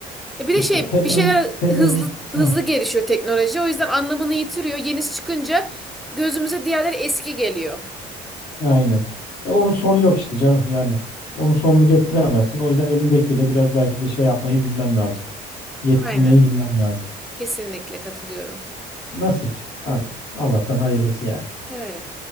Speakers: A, in the centre; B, on the left (about 65°).
A: Ya bir
B: İşte
A: de şey
B: teknoloji
A: bir şeyler
B: teknoloji
A: hızlı hızlı
B: Heh,
A: gelişiyor teknoloji. O yüzden anlamını yitiriyor. Yenisi çıkınca gözümüze diğerleri eski geliyor.
B: aynen. Ve onun sonu yok işte canım yani. Onun sonunu getiremezsin. O yüzden elindekiyle biraz belki de şey yapmayı bilmen lazım. Yetinmeyi
A: Aynen.
B: bilmen lazım.
A: Kesinlikle katılıyorum.
B: Nasip artık. Allah'tan hayırlısı yani.
A: Öyle.